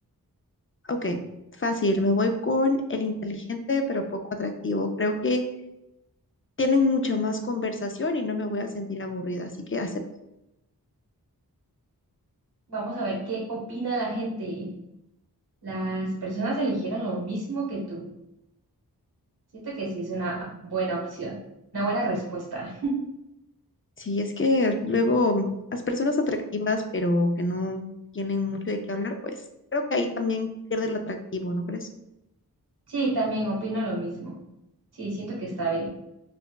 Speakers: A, on the left (about 35°); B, on the right (about 75°).
A: Ok, fácil. Me voy con el inteligente, pero poco atractivo. Creo que tienen mucha más conversación y no me voy a sentir aburrida, así que acepto.
B: Vamos a ver qué opina la gente. Las personas eligieron lo mismo que tú. Siento que sí es una buena opción, una buena respuesta.
A: Sí, es que luego las personas atractivas, pero que no tienen mucho de qué hablar, pues creo que ahí también pierde lo atractivo, ¿no crees?
B: Sí, también opino lo mismo. Sí, siento que está bien.